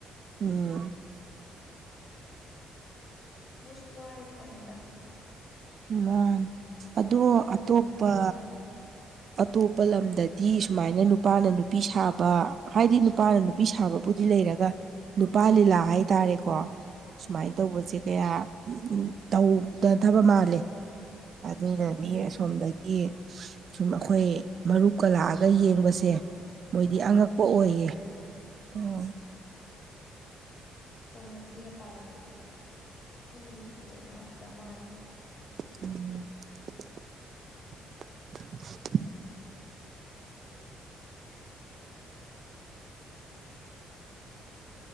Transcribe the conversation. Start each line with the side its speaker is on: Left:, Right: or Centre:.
Right: ꯎꯝ
Left: ꯃꯣꯏꯁꯨ ꯋꯥꯔꯤ ꯄꯣꯠꯅꯤꯗ
Right: ꯃꯥꯅꯤ
Left: ꯑꯣ
Right: ꯑꯗꯨ
Left: ꯑꯌꯨꯛ ꯅꯨꯡꯊꯤꯟ
Right: ꯑꯇꯣꯞꯄ
Left: ꯈꯥꯛꯇꯅ
Right: ꯑꯇꯣꯞꯄ ꯂꯝꯗꯗꯤ ꯁꯨꯃꯥꯏꯅ ꯅꯨꯄꯥꯅ ꯅꯨꯄꯤ ꯁꯥꯕ ꯍꯥꯏꯗꯤ ꯅꯨꯄꯥꯅ ꯅꯨ ꯄꯤ ꯁꯥꯕꯕꯨꯗꯤ ꯂꯩꯔꯒ ꯅꯨꯄꯥ
Left: ꯎꯝ
Right: ꯂꯤꯂꯥ ꯍꯥꯏꯇꯥꯔꯦꯀꯣ
Left: ꯎꯝ
Right: ꯁꯨꯃꯥꯏ ꯇꯧꯕꯖꯦ ꯀꯌꯥ ꯇꯧ <unintelligible>
Left: ꯇꯧꯅꯗꯕ
Right: ꯃꯥꯜꯂꯦ
Left: ꯎꯝ
Right: ꯑꯗꯨꯏꯅ
Left: ꯇꯧꯅꯗꯦ
Right: ꯃꯤ ꯑꯁꯣꯝꯗ ꯒꯤ ꯁꯨꯝ ꯑꯩꯈꯣꯏ ꯃꯔꯨꯞꯀ ꯂꯥꯛꯑꯒ ꯌꯦꯡꯕꯁꯦ ꯃꯣꯏꯗꯤ
Left: ꯑꯥ
Right: ꯑꯉꯛꯄ ꯑꯣꯏꯌꯦ
Left: ꯎꯝ
Right: ꯑꫭ
Left: ꯇꯧꯅꯗꯤꯌꯦ ꯃꯄꯥꯟꯂꯣꯝꯗꯗꯤ ꯑꯈꯣꯏ ꯃꯅꯤꯄꯨꯔꯗꯅ ꯈꯇꯪ ꯃꯥꯜꯂꯦ
Right: <inaudible>
Left: <inaudible>